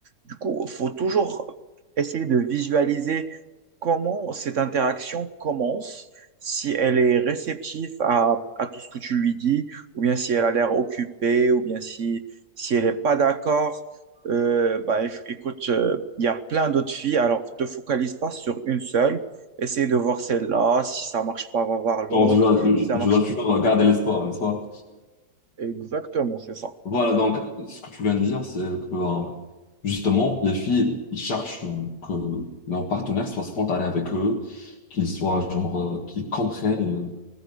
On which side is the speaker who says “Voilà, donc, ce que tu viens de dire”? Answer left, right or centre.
Left